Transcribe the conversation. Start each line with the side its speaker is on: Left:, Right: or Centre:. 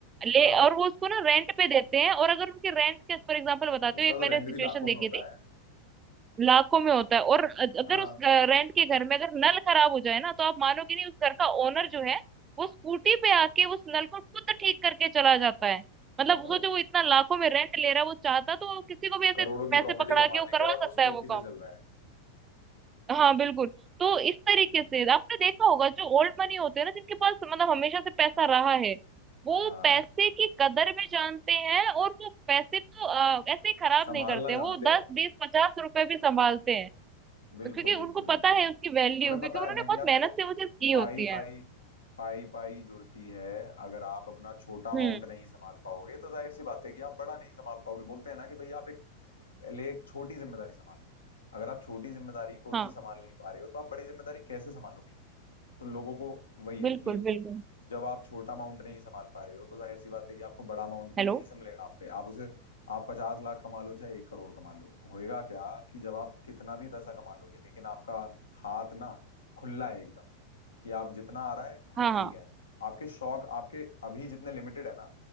Right: ले
Left: हाँ
Right: और वो उसको ना रेंट पे देते हैं और अगर उनके रेंट के फॉर एग्जांपल बताते
Left: उसका
Right: हो एक
Left: तो
Right: मैंने
Left: रेंट
Right: सिचुएशन
Left: भी लाखों
Right: देखी
Left: में होता
Right: थी
Left: है
Right: लाखों में होता है और अ- अगर
Left: हाँ
Right: उस रेंट के घर में अगर नल खराब हो जाए ना तो आप मानोगे नहीं उस घर का ओनर जो है वो स्कूटी पे आके उस नल को खुद ठीक करके चला जाता है मतलब
Left: बताओ
Right: सोचो वो इतना लाखों में रेंट ले रहा है वो चाहता तो वो किसी को भी ऐसे
Left: करोड़ों की
Right: पैसे
Left: प्रॉपर्टी
Right: पकड़ा
Left: का
Right: के
Left: मालिक
Right: वो करवा
Left: है और
Right: सकता
Left: वो स्कूटी
Right: है वो काम
Left: से चल रहा है
Right: हाँ बिल्कुल तो इस तरीके
Left: हम्म
Right: से आपने देखा होगा जो ओल्ड मनी होते हैं ना जिनके पास मतलब हमेशा से पैसा रहा है वो
Left: हाँ
Right: पैसे की कदर भी जानते हैं और वो पैसे को अ, ऐसे ही खराब
Left: संभालना
Right: नहीं करते
Left: जानते
Right: वो दस
Left: हैं वो
Right: बीस पचास रुपए भी संभालते हैं
Left: बिल्कुल
Right: तो क्योंकि
Left: बिल्कुल
Right: उनको
Left: बिल्कुल
Right: पता है उसकी वैल्यू
Left: उन्हें
Right: क्योंकि
Left: पता
Right: उन्होंने
Left: है ना कि
Right: बहुत
Left: यार
Right: मेहनत
Left: देखो
Right: से वो चीज की
Left: पाई
Right: होती है
Left: पाई पाई पाई जुड़ती है अगर आप अपना छोटा अमाउंट
Right: हम्म
Left: नहीं संभाल पाओगे तो जाहिर सी बात है कि आप बड़ा नहीं संभाल पाओगे बोलते हैं ना कि भाई आप एक पहले एक छोटी जिम्मेदारी संभालो अगर आप छोटी जिम्मेदारी को
Right: हाँ
Left: ही संभाल नहीं पा रहे हो तो आप बड़ी जिम्मेदारी कैसे संभालोगे तो लोगों को वही है
Right: बिल्कुल
Left: कि
Right: बिल्कुल
Left: जब आप छोटा अमाउंट नहीं संभाल पा रहे हो तो जाहिर सी बात है कि आपको बड़ा अमाउंट भी
Right: हेलो
Left: नहीं संभलेगा आप पे आप उसे आप पचास लाख कमा लो चाहे एक करोड़ कमा लो होएगा क्या कि जब आप कितना भी पैसा कमा लोगे लेकिन आपका हाथ ना खुला है एकदम कि आप जितना आ रहा है हाँ
Right: हाँ
Left: ठीक
Right: हाँ
Left: है आपके शौक आपके अभी जितने लिमिटेड है ना